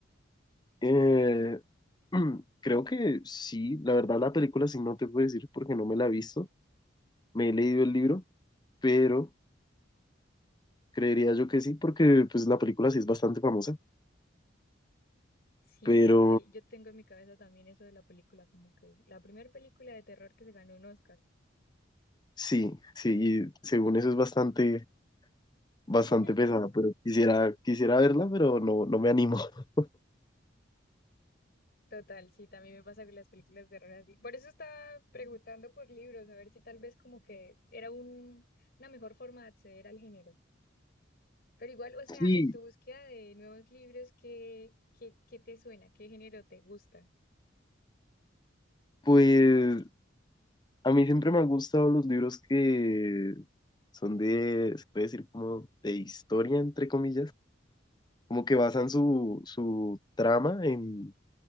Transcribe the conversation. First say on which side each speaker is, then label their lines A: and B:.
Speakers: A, on the left (about 20°); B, on the left (about 50°).
A: Eh, <clears throat> creo que sí, la verdad la película sí no te puedo decir porque no me la he visto, me he leído
B: Ah, ok.
A: el libro, pero creería yo que sí porque pues la película sí es bastante famosa,
B: Sí,
A: pero
B: total. Yo tengo en mi cabeza también eso de la película, como que la primera película de terror que se ganó un Oscar.
A: sí, sí, y según eso es bastante, bastante
B: <laughs>
A: pesada, pero quisiera, quisiera verla, pero no, no me animo. <laughs>
B: Total, sí, también me pasa con las películas de horror así. Por eso estaba preguntando por libros, a ver si tal vez como que era un, una mejor forma de acceder al género. Pero igual, o sea,
A: Sí,
B: en tu búsqueda de nuevos libros, ¿qué, qué, qué te suena? ¿Qué género te gusta?
A: pues a mí siempre me han gustado los libros que son de, se puede decir como de historia, entre comillas como que basan su, su trama en